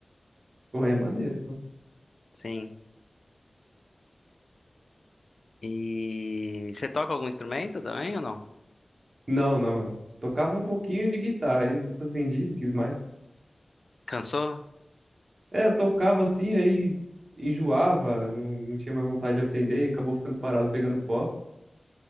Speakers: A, on the right (about 55°); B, on the left (about 60°).
A: Correia maneiro, então.
B: Sim. E você toca algum instrumento também ou não?
A: Não, não. Tocava um pouquinho de guitarra, e depois vendi, não quis mais.
B: Cansou?
A: É, eu tocava assim, aí enjoava, não, não tinha mais vontade de aprender, e acabou ficando parado pegando pó.